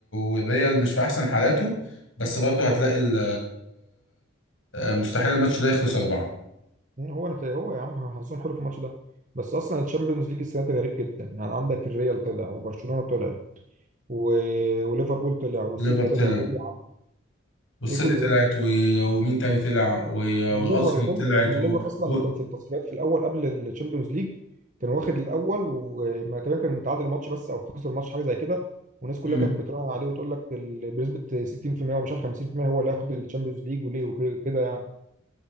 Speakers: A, on the left; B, on the right.
A: والريال مش في احسن حالاته بس برضه هتلاقي ال... آه، مستحيل الماتش ده يخلص اربعه
B: مم، هو نت... هو يا عم حظهم حلو في الماتش ده بس اصلا الشامبيونز ليج السنه دي غريب جدا يعني عندك الريال طلع وبرشلونه طلع و... وليفربول طلع والسيتي
A: ليفر طلع
B: طلع ايه يا عم؟
A: والسيتي
B: إيه كل
A: طلعت
B: ده
A: و... ومين تاني طلع و...
B: الليفر
A: والارسنال
B: وكله
A: طلعت
B: يعني الليفر
A: و...
B: اصلا
A: و...
B: اللي كان في التصفيات في الاول قبل الشامبيونز ليج كان واخد الاول وما تقريبا كان متعادل ماتش بس او خسر ماتش حاجه زي كده والناس كلها
A: مم.
B: كانت بتراهن عليه وتقول لك ال- بنسبه 60% ومش عارف 50% هو اللي هياخد الشامبيونز ليج وليه وكده يعني